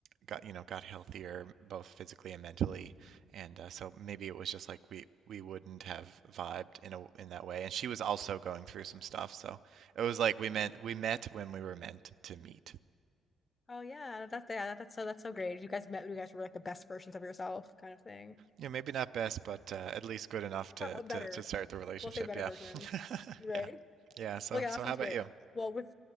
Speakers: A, on the right; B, on the left.
A: got you know got healthier both physically and mentally. And uh, so maybe it was just like we we wouldn't have vibed in a in that way. And she was also going through some stuff, so it was like we meant
B: hmm
A: we met when we were meant to meet.
B: Oh yeah, that's yeah, that, that's so that's so great. You guys met, you guys were like the best versions of yourself, kind of thing.
A: Yeah, maybe not best, but uh, at least good enough to,
B: Or A better,
A: to to start the relationship.
B: we'll say better
A: Yeah,
B: version,
A: <laughs>
B: right?
A: yeah, yeah. So
B: Well, yeah,
A: so
B: that sounds
A: how about
B: great.
A: you?
B: Well, with